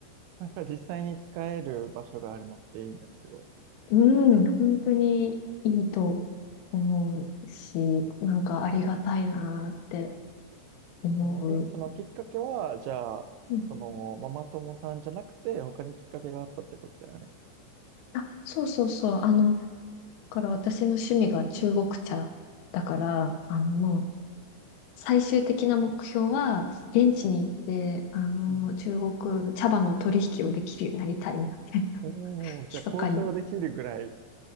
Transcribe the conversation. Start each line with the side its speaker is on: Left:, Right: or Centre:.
Right: なんか実際に使える場所があるのっていいね。すごい。
Left: うん、本当にいいと思うし、
Right: 確かに。
Left: なんかありがたいなって思う。
Right: えーえそのきっかけは、じゃあ、
Left: うん
Right: その、ママ友さんじゃなくて、他にきっかけがあったってことだよね。
Left: あ、そうそうそう。あの、だから私の趣味が中国茶だから、あの、もう最終的な目標は、現地に行って、あの、
Right: うん。
Left: 中国茶葉の取引をできるようになりたいなって、
Right: おお、
Left: <laughs>
Right: じゃあ交渉できるぐらい
Left: 密かに。